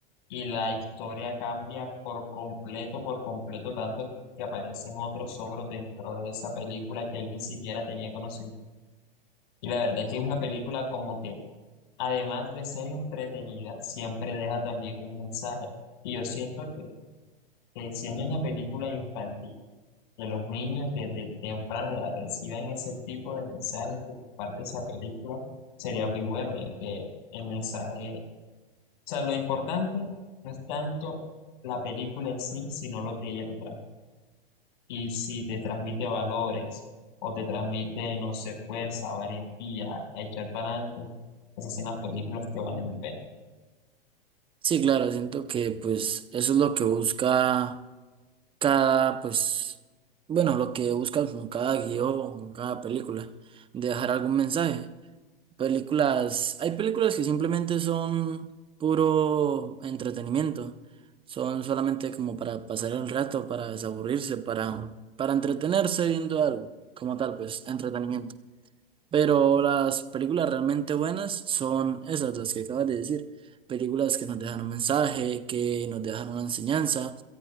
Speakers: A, on the left (about 55°); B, on the right (about 20°).
A: y la historia cambia por completo, por completo, tanto que aparecen otros ogros dentro de esa película que él ni siquiera tenía conocido. Y la verdad es que es una película como que, además de ser entretenida, siempre deja también un mensaje. Y yo siento que, que siendo una película infantil, que los niños desde temprana edad reciban ese tipo de mensajes que parte esa película, sería muy bueno, ya que el mensaje sea, lo importante no es tanto la película en sí, sino lo que ella te trae. Y si te transmite valores o te transmite, no sé, fuerza, valentía, a echar para adelante, esas son las películas que valen el pena.
B: Sí, claro, siento que, pues, eso es lo que busca cada, pues, bueno, lo que buscan con cada guión, con cada película, dejar algún mensaje. Películas, hay películas que simplemente son puro entretenimiento, son solamente como para pasar el rato, para desaburrirse, para, para entretenerse viendo algo, como tal, pues, entretenimiento. Pero las películas realmente buenas son esas, las que acabas de decir. Películas que nos dejan un mensaje, que nos dejan una enseñanza,